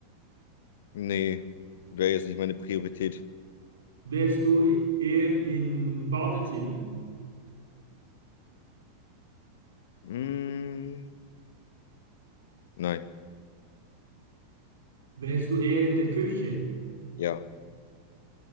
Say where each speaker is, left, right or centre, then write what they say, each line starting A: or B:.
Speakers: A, on the left; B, on the right.
A: Nee, wäre jetzt nicht meine Priorität.
B: Wärst du eher im Badezimmer?
A: Mm, nein.
B: Wärst du eher in der Küche?
A: Ja.